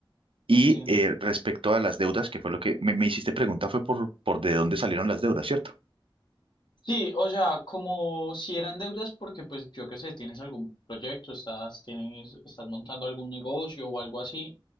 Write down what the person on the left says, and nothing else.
entiendo.
Sí, o sea, como si eran deudas porque pues yo qué sé, tienes algún proyecto, estás, tienes, estás montando algún negocio o algo así,